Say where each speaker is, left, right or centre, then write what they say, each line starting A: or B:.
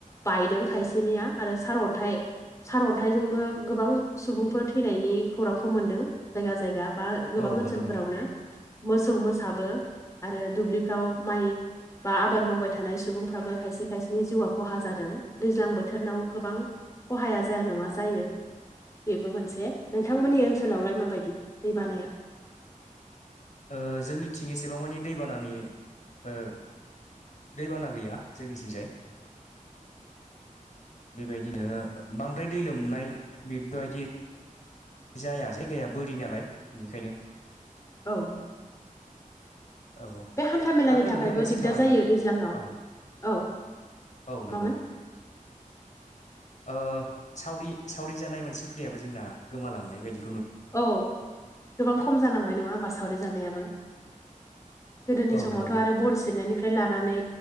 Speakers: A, on the left (about 20°); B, on the left (about 60°).
A: बायदों खायसेनिया आरो सारअन्थाइ सारअन्थाइजोंबो गोबां सुबुंफोर थैनायनि खौरांखौ मोन्दों जायगा जायगा बा गोबां
B: औ
A: ओनसोलफोरावनो
B: नंगौ नोंथां
A: मोसौ मोसाबो आरो दुब्लिफ्राव माइ बा आबाद मावबाय थानाय सुबुंफ्राबो खायसे खायसेनि जिउआ खहा जादों दैज्लां बोथोरनाव गोबां खहाया जाया नङा जायो बेबो मोनसे नोंथांमोननि ओनसोलावलाय माबायदि दै बानाया
B: ओ जोंनिथिं एसेबां मानि दैबानानि ओ दैबाना गैया जोंनि सिंजाय बेबायदिनो बांद्राय दै लोमनाय बेबायदि जाया जायगाया बोरि नालाय बेनिखायनो
A: औ औ
B: औ औ
A: बे हान्थामेलानि
B: आरो
A: थाखायबो
B: नोंथां मोनसे
A: दिग्दार
B: थालांदों
A: जायो दैज्लांआव
B: औ
A: औ
B: औ
A: मामोन
B: नोंगौ ओ सावरि सावरि जानाय मोनसे हुदायाबो जोंना गोमालांनाय बायदि
A: औ गोबां खम जालांबाय नङा होमबा सावरि जानायाबो गोदोनि
B: औ
A: समावथ'
B: नंगौ
A: आरो बन सेरनायनिफ्राय लानानै